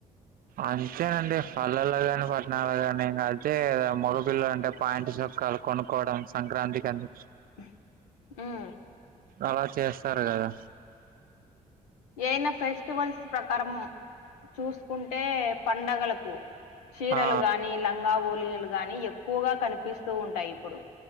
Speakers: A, on the right; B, on the left.
A: అంతేనండి పల్లల్లో కాని పట్టణాల్లో కాని ఇంకా అయితే మొగపిల్ల అంటే పాయిట్ చొక్కాలు కొనుక్కోవడం సంక్రాంతి కని
B: ఉమ్మ్
A: అలా చేస్తారు కదా
B: ఏయినా ఫెస్టివల్స్ ప్రకారం చూసుకుంటే పండగలకు చీరలు
A: ఆ
B: గాని లంగా ఓలిలు గాని ఎక్కువగా కనిపిస్తూ ఉంటాయి ఇప్పుడు